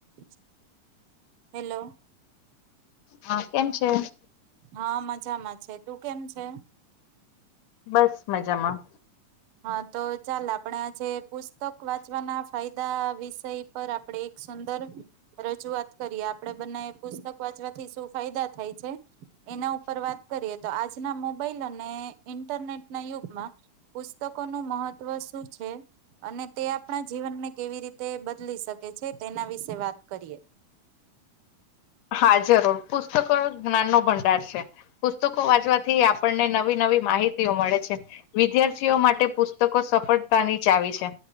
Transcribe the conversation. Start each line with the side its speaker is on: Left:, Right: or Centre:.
Right: <inaudible> હેલો
Left: હા કેમ છે?
Right: હા મ મજામાં છે તું કેમ છે?
Left: બસ મજામાં.
Right: હા તો ચાલ આપણે આજે પુસ્તક વાંચવાના ફાયદા વિષય પર આપણેે એક સુંદર રજૂઆત કરીએ. આપણેે બને પુસ્તક વાંચવાથી શું ફાયદા થાય છે એના ઉપર વાત કરીએ તો આજના મોબાઈલ અને ઈન્ટરનેટના યુગમાં પુસ્તકોનું મહત્વ શું છે અને તે આપણા જીવનને કેવી રીતે બદલી શકે છે તેના વિશે વાત કરીએ.
Left: હા જરુર પુસ્તકો જ્ઞાન નો ભંડાર છે. પુસ્તકો વાંચવાથી આપણને નવી નવી માહિતીઓ મળે છે. વિદ્યાર્થીઓ માટે પુસ્તકો સફળ સફળતા ની ચાવી છે